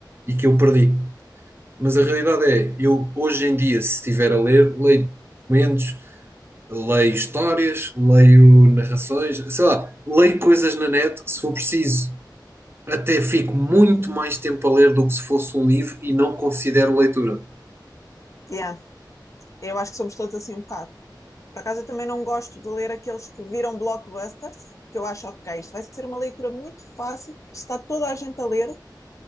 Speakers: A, on the right; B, on the left.
A: e que eu perdi. Mas a realidade é, eu hoje em dia, se estiver a ler, leio documentos, leio histórias, leio narrações, sei lá, leio coisas na net, se for preciso. Até fico muito
B: Uhum.
A: mais tempo a ler do que se fosse um livro e não considero leitura.
B: Yeah. Eu acho que somos todos assim um bocado. Por acaso, eu também não gosto de ler aqueles que viram blockbusters, porque eu acho, ok, isto vai ser uma leitura muito fácil, porque se está toda a gente a ler,